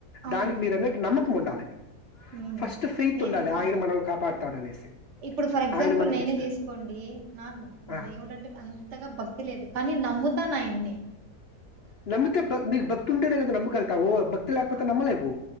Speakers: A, on the right (about 50°); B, on the left (about 50°).
A: అవును
B: దానికి మీరు అన్నట్టు నమ్మక్ ఉండాలి
A: ఉమ్
B: ఫస్ట్ ఫెతూ
A: నే
B: ఉండాలి
A: నేన
B: ఆయన మనల్ని కాపాడుతాడనేసి
A: ఇప్పుడు ఫర్ ఎగ్జాంపుల్
B: ఆయన మనకిస్తా
A: నేనే తీసుకోండి నా
B: ఆ!
A: దేవుడు అంటే అంతగా భక్తి లేదు కానీ నమ్ముతు అంతా నాయి నే
B: నమ్మితే బ భక్తి ఉంటేనే నమ్మ గలుగుతాము ఓ భక్ భక్తి లేకపోతే
A: ఆ
B: నమ్మలే కు